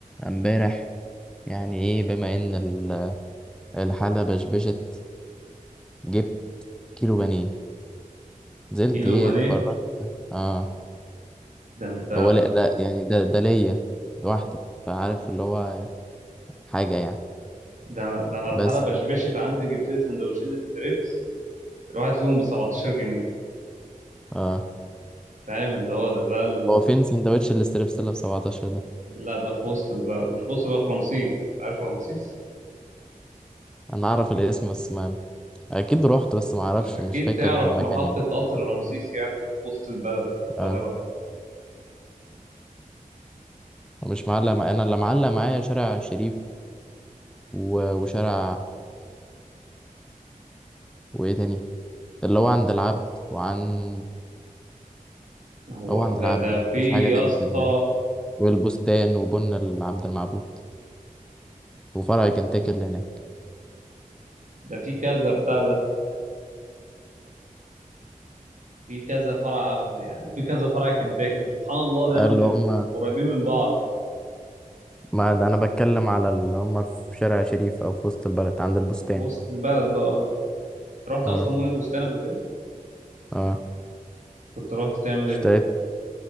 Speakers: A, in the centre; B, on the right (about 60°).
A: امبارح يعني ايه بما ان ال- الحالة بشبشت جبت كيلو بانيه نزلت
B: كيلو
A: ايه
B: بانيه
A: اتفرجت اه
B: ده انت
A: هو لا لا يعني ده ده ليا لوحدي فعارف اللي هو حاجة يعني
B: ده انا ده انا الحاله
A: بس
B: بشبشت عندي جبت لي سندوتشين ستريبس الواحد فيهم ب 17 جنيه
A: اه
B: فاهم اللي هو ده ده ال...
A: هو فين سندوتش الاستريبسيلا ب 17 ده
B: لا ده في وسط البلد مش في وسط بقى في رمسيس عارف رمسيس
A: انا اعرف
B: اكيد
A: الاسم بس ما اكيد رحت بس ما اعرفش
B: اكيد
A: مش فاكر
B: تعرف
A: المكان
B: محطه
A: يعني
B: قطر رمسيس يعني في وسط البلد القاهره
A: اه مش معلق مع... انا اللي معلق معايا شارع شريف و... وشارع وايه تاني اللي هو عند العبد وعند
B: هو
A: هو عند
B: ده
A: العبد
B: ده
A: مفيش
B: في
A: حاجة
B: يا
A: تاني
B: اسطى
A: في دماغي والبستان وبن عبد المعبود وفرع كنتاكي اللي هناك
B: ده في كذا بتاع ده في كذا فرع عبد يعني وفي كذا فرع كنتاكي وسبحان الله دايما
A: اللي
B: بيبقوا
A: هم
B: قريبين من بعض
A: ما ده انا بتكلم على اللي هم في شارع شريف او في وسط البلد عند البستان
B: في وسط البلد بقى رحت
A: اه
B: اصلا مول البستان قبل كده
A: اه
B: كنت رحت تعمل ايه
A: اشتريت